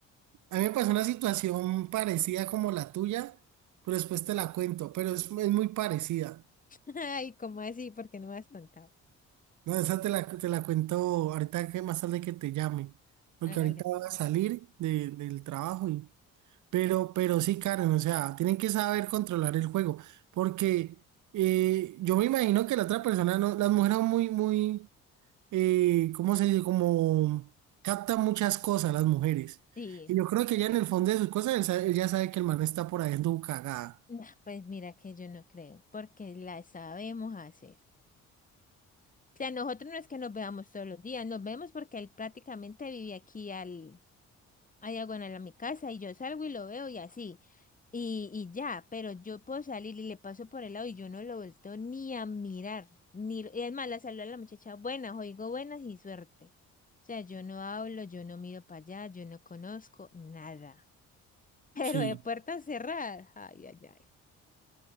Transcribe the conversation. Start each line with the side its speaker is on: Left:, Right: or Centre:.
Right: A mí me pasó una situación parecida como la tuya, pero después te la cuento, pero es, es muy parecida.
Left: <laughs> Ay, ¿cómo así? ¿Por qué no me has contado?
Right: No, esa te la, te la cuento ahorita que más tarde que te llame, porque
Left: Hágale.
Right: ahorita voy a salir de- del trabajo y... Pero, pero sí, Karen, o sea, tienen que saber controlar el juego, porque eh, yo me imagino que la otra persona no, las mujeres son muy, muy eh, ¿cómo se dice? Como capta muchas cosas las mujeres.
Left: Sí,
Right: Y yo creo que ella en el fondo de sus cosas, él sa- ella sabe que el man está por ahí en tu cagada.
Left: no, pues mira que yo no creo, porque la sabemos hacer. sea, nosotros no es que nos veamos todos los días, nos vemos porque él prácticamente vive aquí al, a diagonal a mi casa y yo salgo y lo veo y así. Y, y ya, pero yo puedo salir y le paso por el lado y yo no lo vuelto ni a mirar. Ni, lo- y es más, la saludo a la muchacha, buenas, oigo buenas y suerte. O sea, yo no hablo, yo no miro para allá, yo no conozco nada. <laughs> Pero
Right: Sí,
Left: de puertas cerradas, ay, ay, ay.